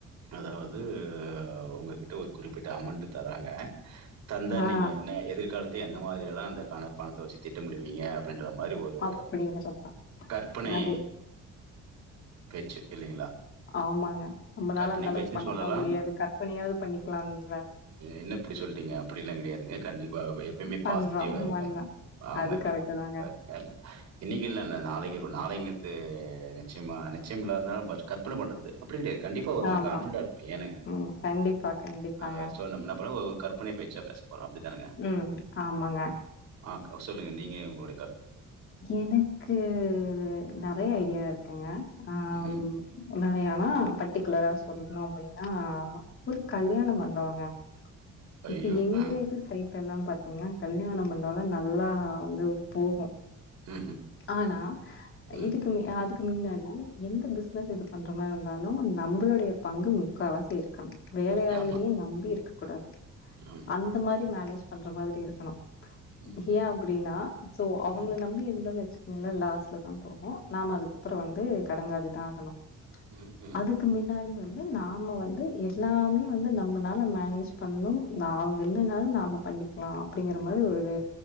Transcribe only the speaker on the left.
ஆ
அப்டிங்கிறப்ப
அது
ஆமாங்க நம்மளால
அந்த அளவுக்கு
பண்ணத்தா
முடியாது கற்பனையாவது பண்ணிக்கலாம்ல
பண்றோ
பண்ண
அது கரெக்ட் தாங்க
ஆமா
ம் கண்டிப்பா கண்டிப்பாங்க
உம் ஆமாங்க
எனக்கு நிறய ஐடியா இருக்குங்க ஆஹ்
உம் நிறயானா பட்டிகுலரா சொல்லணும் அப்டின்னா ஒரு கல்யாணம் மண்டபவங்க
இப்ப எங்க
இது சை எல்லாம் பாத்தீங்கனா கல்யாண மண்டம் நல்லா வந்து போகும்
ஆனா
இதுக்குமே அதுக் மின்னாடி எந்த பிசினஸ் இது பண்ற மாரி இருந்தாலும் நம்மளுடைய பங்கு முக்காவாசி இருக்கணும் வேலயாள்களையும்
நம்பி இரு கூடாது
அந்த மாரி மேனேஜ் பண்ற மாரி இருக்கணும்
ஏன் அப்டினா சோ அவுங்கள
நம்பி இருந்தோம் வ இல்ல லாஸ்லந்து அப்றோம் நாம துக்கபறம் வந்து கடங்காளி தான் ஆகணும்
அதுக்கு மின்னாடி வந் நாம வந்து எல்லாமே வந்து நம்மனால மேனேஜ் பண்ணணும் ந இல்லானலும் நாம பண்ணிக்கலாம் அப்டிங்கற மாரி ஒரு